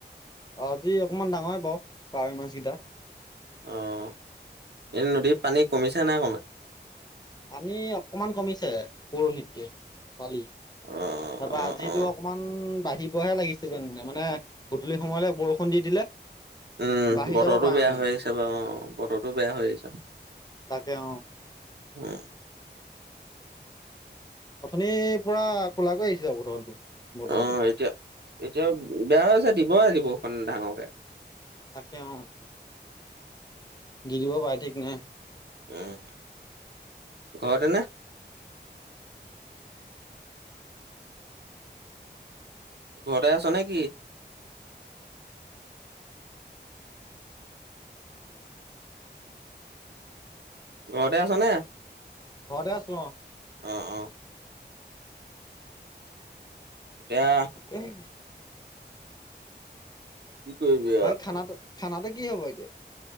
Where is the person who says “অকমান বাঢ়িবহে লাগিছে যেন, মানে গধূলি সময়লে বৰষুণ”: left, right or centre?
Left